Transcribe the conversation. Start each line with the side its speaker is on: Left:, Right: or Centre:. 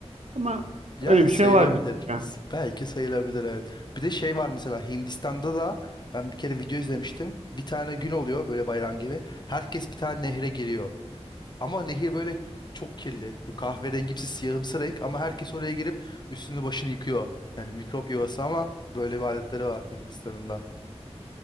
Right: Ama
Left: Yani
Right: öyle bir
Left: sayılabilir.
Right: şey var bizde. yani.
Left: S- Belki sayılabilir evet. Bir de şey var mesela Hindistan'da da ben bir kere video izlemiştim. Bir tane gün oluyor böyle bayram gibi. Herkes bir tane nehre giriyor. Ama nehir böyle çok kirli. Bu kahverengimsi siyahımsı renk ama herkes oraya girip üstünü başını yıkıyor. Yani mikrop yuvası ama böyle bir adetleri var Hindistan'ın da.